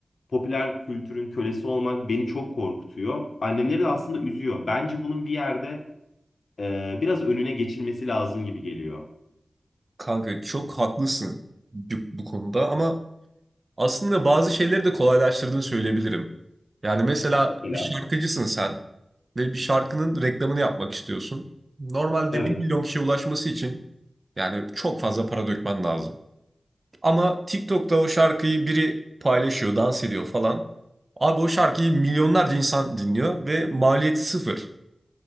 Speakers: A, on the left (about 80°); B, on the right (about 45°).
A: popüler kültürün kölesi olmak beni çok korkutuyor. Annemleri de aslında üzüyor. Bence bunun bir yerde e, biraz önüne geçilmesi lazım gibi geliyor.
B: Kanka çok haklısın bu, bu konuda ama aslında bazı şeyleri de kolaylaştırdığını söyleyebilirim. Yani mesela
A: Mesela
B: bir şarkıcısın sen ve bir şarkının reklamını yapmak istiyorsun. Normalde
A: evet
B: bir milyon kişiye ulaşması için yani çok fazla para dökmen lazım. Ama TikTok'ta o şarkıyı biri paylaşıyor, dans ediyor falan. Abi o şarkıyı milyonlarca insan dinliyor ve maliyeti sıfır.